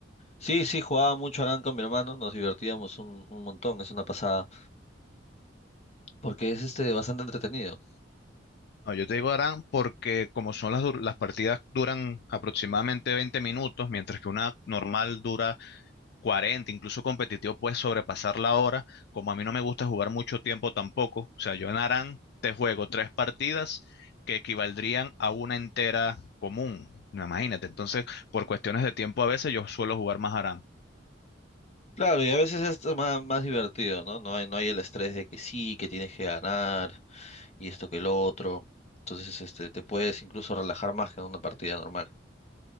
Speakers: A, on the left; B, on the left.
A: Sí, sí, jugaba mucho Arán con mi hermano, nos divertíamos un, un montón, es una pasada. Porque es este bastante entretenido.
B: No, yo te digo Aran porque como son las, dur- las partidas duran aproximadamente 20 minutos, mientras que una normal dura 40, incluso competitivo, puedes sobrepasar la hora. Como a mí no me gusta jugar mucho tiempo tampoco, o sea, yo en Aran te juego tres partidas que equivaldrían a una entera común. No, Imagínate, entonces, por cuestiones de tiempo a veces yo suelo jugar más Aran.
A: Claro, y a veces esto es más, más divertido, ¿no? No hay, no hay el estrés de que sí, que tienes que ganar y esto que el otro. Entonces, este, te puedes incluso relajar más que en una partida normal.